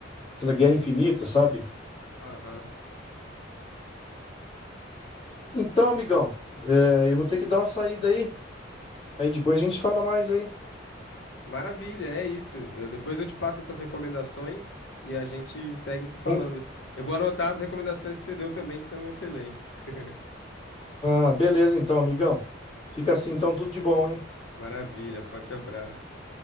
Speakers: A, on the left (about 25°); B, on the left (about 70°).
A: Aquela Guerra Infinita, sabe?
B: Aham.
A: Então, amigão, é, eu vou ter que dar uma saída aí. Aí depois a gente fala mais aí.
B: Maravilha, é isso. Eu- depois eu te passo essas recomendações e a gente segue se falando.
A: hein?
B: Eu vou anotar as recomendações que você deu também, que são excelentes. <laughs>
A: Ah, beleza então, amigão. Fica assim então, tudo de bom, hein?
B: Maravilha, forte abraço.